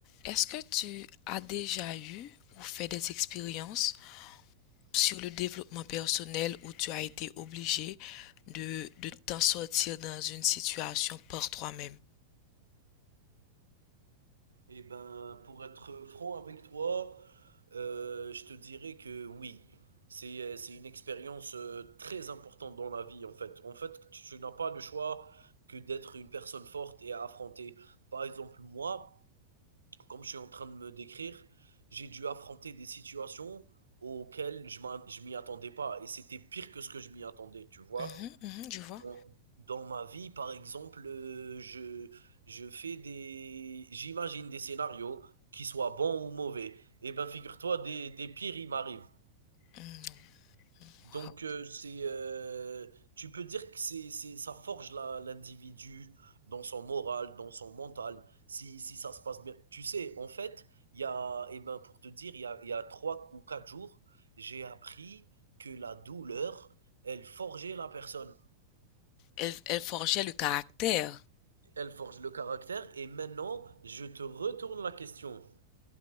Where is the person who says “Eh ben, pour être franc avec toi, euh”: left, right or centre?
Right